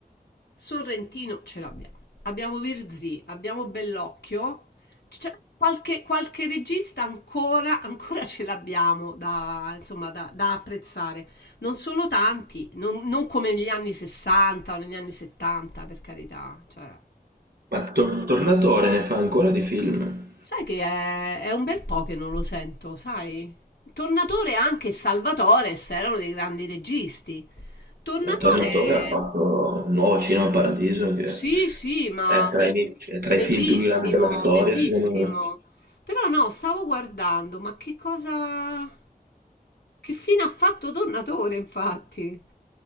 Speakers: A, on the left; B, on the right.
A: Sorrentino ce l'abbiamo. Abbiamo Virzì, abbiamo Bellocchio. C'è qualche, qualche regista ancora, ancora ce l'abbiamo da, insomma, da, da apprezzare. Non sono tanti, non, non come negli anni 60 o negli anni 70, per carità. Cioè,
B: Ma Tor- Tornatore ne fa ancora di film.
A: sai che è, è un bel po' che non lo sento, sai? Tornatore e anche Salvatore erano dei grandi registi. Tornatore
B: La Tornatore ha fatto un nuovo Cinema Paradiso che
A: Sì, sì, ma
B: è tra i, è tra
A: bellissimo,
B: i film più grandi della storia,
A: bellissimo.
B: secondo me.
A: Però no, stavo guardando, ma che cosa... Che fine ha fatto Tornatore, infatti?